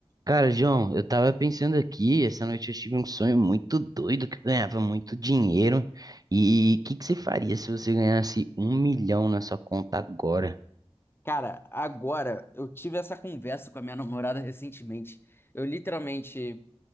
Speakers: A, on the right; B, on the left.
A: Cara, João, eu tava pensando aqui, essa noite eu tive um sonho muito doido que eu ganhava muito dinheiro. E o que que você faria se você ganhasse um milhão na sua conta agora?
B: Cara, agora eu tive essa conversa com a minha namorada recentemente. Eu literalmente